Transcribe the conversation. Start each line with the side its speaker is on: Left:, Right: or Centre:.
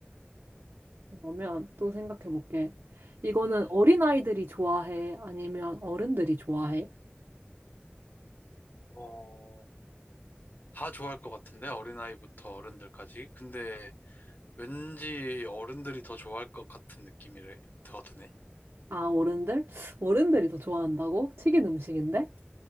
Right: 그러면 또 생각해 볼게. 이거는
Left: 음.
Right: 어린아이들이 좋아해? 아니면 어른들이 좋아해?
Left: 어, 다 좋아할 것 같은데 어린아이부터 어른들까지. 근데 왠지 어른들이 더 좋아할 것 같은 느낌이 더 드네.
Right: 아, 어른들? 어른들이 더 좋아한다고? 튀긴 음식인데?